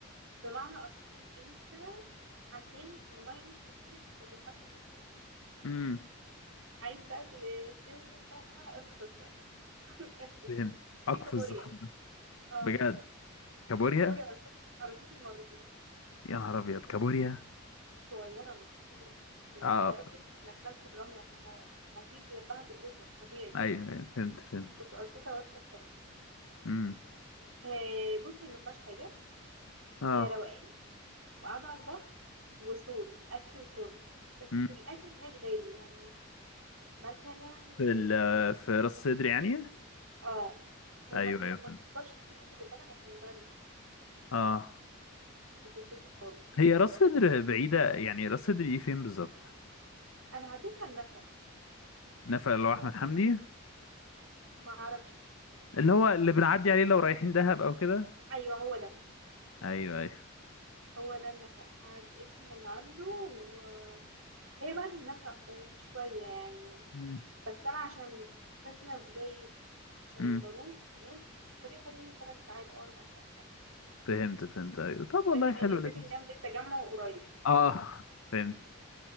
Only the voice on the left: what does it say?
امم
فين اقفز
الزحمه ده
بجد كابوريا
يا نهار ابيض كابوريا
اه
ب-
ايوه أيوة، فهمت فهمت
امم
اه
امم
في
ال- في راس صدر يعني
ايوه
ايوه
فهمت
اه
هي راس
صدر بعيده يعني راس صدر دي فين بالظبط
نفق اللي هو احمد حمدي
اللي هو اللي بنعدي عليه لو رايحين دهب او كده
ايوه ايوه
امم
أمم،
فهمت فهمت ايوه طب والله
حلو
لذيذ
اه فهمت